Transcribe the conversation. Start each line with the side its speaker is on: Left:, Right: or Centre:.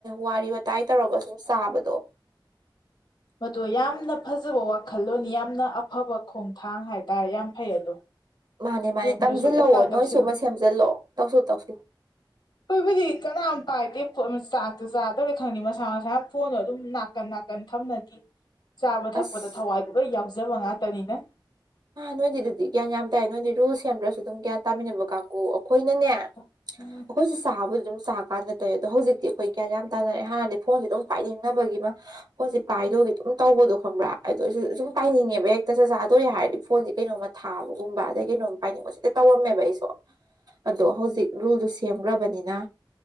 Right: ꯋꯥꯔꯤ ꯋꯥꯋꯇꯥꯏ ꯇꯧꯔꯒ ꯁꯨꯝ ꯆꯥꯕꯗꯣ
Left: ꯃꯗꯣ ꯌꯥꯝꯅ ꯐꯖꯕ ꯋꯥꯈꯜꯂꯣꯟ ꯌꯥꯝꯅ ꯑꯐꯕ ꯈꯣꯡꯊꯥꯡ ꯍꯥꯏꯇꯥꯔꯦ ꯌꯥꯝ ꯐꯩ ꯑꯗꯣ
Right: ꯃꯥꯅꯦ ꯃꯥꯅꯦ
Left: ꯌꯨꯝꯗꯁꯨ
Right: ꯇꯝꯁꯤꯜꯂꯛꯑꯣ
Left: ꯑꯦꯄ꯭ꯂꯥꯏ
Right: ꯅꯣꯏ
Left: ꯇꯧꯁꯤꯜꯂꯨ
Right: ꯁ ꯑꯃ ꯁꯦꯝꯖꯤꯜꯂꯛꯑꯣ ꯇꯧꯁꯨ ꯇꯧꯁꯤꯜ
Left: ꯑꯩꯏꯕꯨꯗꯤ ꯀꯅꯥꯝ ꯄꯥꯏꯗꯦ ꯆꯥꯛꯇꯣ ꯆꯥꯗꯧꯅ ꯈꯪꯗꯦ ꯃꯁꯥ ꯃꯁꯥꯅ ꯐꯣꯟꯗꯣ ꯑꯗꯨꯝ ꯅꯥꯀꯟ ꯅꯥꯀꯟ ꯊꯝꯅꯗꯦ ꯆꯥꯕ
Right: ꯑꯁ
Left: ꯊꯛꯄꯗ ꯊꯋꯥꯏꯗꯨꯒ ꯌꯥꯎꯖꯕ ꯉꯥꯛꯇꯅꯤꯅ
Right: ꯍꯥ ꯅꯣꯏꯗꯤꯗꯨꯗꯤ ꯒ꯭ꯌꯥ ꯌꯥꯝ ꯇꯥꯏꯌꯦ ꯅꯣꯏꯗꯤ ꯔꯨꯜ ꯁꯦꯝꯗ꯭ꯔꯁꯨ ꯑꯗꯨꯝ ꯒ꯭ꯌꯥꯟ ꯇꯥꯟꯅꯕ ꯀꯥꯡꯕꯨꯨ ꯑꯩꯈꯣꯏꯅꯅꯦ
Left: <inaudible>
Right: ꯑꯩꯈꯣꯏꯁꯦ ꯆꯥꯕꯕꯨꯗꯤ ꯑꯗꯨꯝ ꯆꯥꯀꯥꯟꯗ ꯇꯧꯦ ꯑꯗꯣ ꯍꯧꯖꯤꯛꯇꯤ ꯑꯩꯈꯣꯏ ꯒ꯭ꯌꯥꯟ ꯌꯥꯝ ꯇꯅꯔꯑꯦ ꯍꯥꯟꯗꯤ ꯐꯣꯟꯁꯦ ꯑꯗꯨꯝ ꯄꯥꯏꯅꯤꯡꯅꯕꯒꯤ ꯃꯥ ꯍꯣꯏꯁ ꯄꯥꯏꯗꯣꯏꯒꯦ ꯑꯗꯨꯝ ꯇꯧꯕꯗꯣ ꯈꯪꯕ꯭ꯔꯥ ꯑꯗꯣ ꯑꯩꯁꯨ ꯁꯨꯝ ꯄꯥꯏꯅꯤꯡꯉꯦꯕ ꯍꯦꯛꯇ ꯆ ꯆꯥꯗꯣ ꯍꯥꯏꯔꯗꯤ ꯐꯣꯟꯁꯦ ꯀꯩꯅꯣꯝꯃ ꯊꯥꯕꯒꯨꯝꯕ ꯑꯗꯩ ꯀꯩꯅꯣꯝꯃ ꯄꯥꯏꯅꯤꯡꯕ ꯁꯤꯗ ꯇꯧꯔꯝꯃꯦꯕ ꯑꯩꯁꯨ ꯑꯗꯣ ꯍꯧꯖꯤꯛ ꯔꯨꯜꯗꯨ ꯁꯦꯝꯈ꯭ꯔꯕꯅꯤꯅ